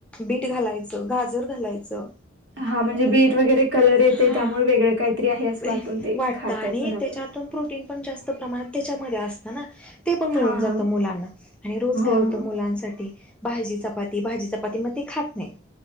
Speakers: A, in the centre; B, on the right (about 65°).
A: बीट घालायचं गाजर घालायचं.
B: हा म्हणजे बीट वगैरे. कलर येतो
A: हा
B: त्यामुळे वेगळं काहीतरी आहे असं
A: वाटतं
B: वाटून ते खातात
A: आणि
B: <unintelligible>
A: त्याच्यातून प्रोटीन पण जास्त प्रमाणात त्याच्यामध्ये असत ना ते पण मिळून
B: हा
A: जात
B: हा
A: मुलांना. आणि रोज
B: होय
A: काय होतं
B: होय
A: मुलांसाठी भाजी चपाती -भाजी चपाती मग ते खात नाहीत.